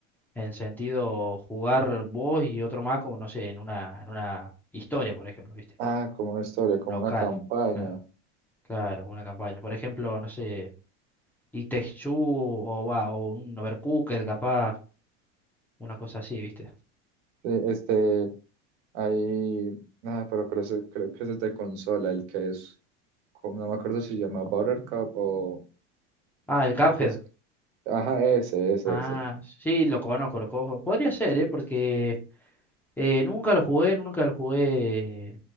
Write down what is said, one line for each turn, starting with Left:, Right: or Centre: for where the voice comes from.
Centre: en sentido jugar vos y otro más, como no sé, en una, en una historia, por ejemplo, ¿viste?
Right: Ah, como una historia, como
Centre: Local,
Right: una campaña.
Centre: claro, claro, una campaña. Por ejemplo, no sé, It o, va, o un Overcooked, capaz, una cosa así, ¿viste?
Right: Sí, Este, ahí, nada, pero creo, que- creo que ese es de consola, el que es, como- no me acuerdo si se llama Buttercup o
Centre: Ah, el Cuphead.
Right: el que es, ajá, ese, ese,
Centre: Ah,
Right: ese.
Centre: sí, lo conozco, lo conozco. Podría ser, ¿eh? Porque Eh, nunca lo jugué, nunca lo jugué.